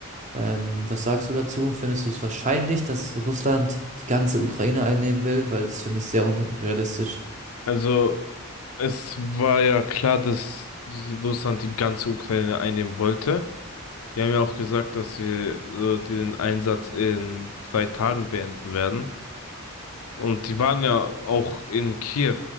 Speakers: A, on the right; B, on the left.
A: Ähm, was sagst du dazu? Findest du es wahrscheinlich, dass Russland die ganze Ukraine einnehmen will? Weil das finde ich sehr unrealistisch.
B: Also, es war ja klar, dass Russland die ganze Ukraine einnehmen wollte. Die haben ja auch gesagt, dass sie so den Einsatz in drei Tagen beenden werden. Und die waren ja auch in Kiew